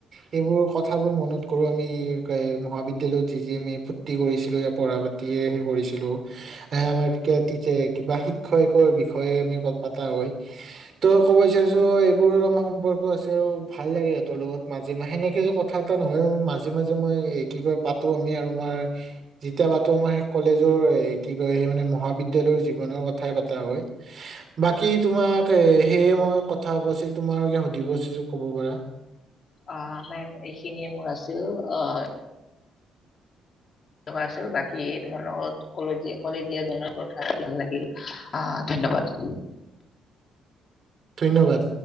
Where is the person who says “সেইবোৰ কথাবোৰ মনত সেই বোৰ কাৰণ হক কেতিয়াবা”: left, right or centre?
Right